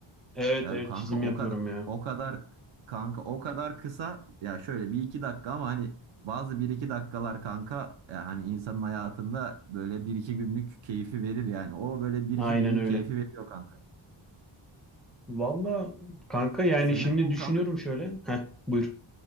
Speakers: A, in the centre; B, on the right.
A: Evet
B: Ya
A: evet
B: kanka
A: çizim
B: o
A: yapıyorum
B: kadar
A: ya.
B: o kadar kanka o kadar kısa ya şöyle bir iki dakika ama hani bazı bir iki dakikalar kanka ya hani insanın hayatında böyle bir iki günlük keyfi verir yani. O böyle bir
A: Aynen
B: iki günlük
A: öyle.
B: keyfi veriyor kanka.
A: Valla kanka
B: E,
A: yani
B: Senin
A: şimdi
B: bu
A: düşünüyorum
B: kanka
A: şöyle. Heh buyur.